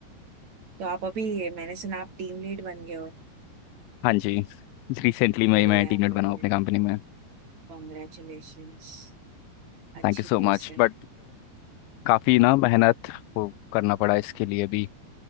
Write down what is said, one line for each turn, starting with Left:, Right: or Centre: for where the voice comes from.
Right: तो आप अभी मैंने सुना आप टीम लीड बन गए हो
Left: हाँ जी रिसेंटली मैं
Right: बढ़िया
Left: मैं टीम
Right: है
Left: लीड
Right: बढ़िया
Left: बना हूँ अपनी
Right: है
Left: कंपनी में
Right: कॉन्ग्रेचुलेशंस अच्छी
Left: Thank you so
Right: पोस्ट
Left: much
Right: है
Left: but काफ़ी ना मेहनत वो करना पड़ा इसके लिए भी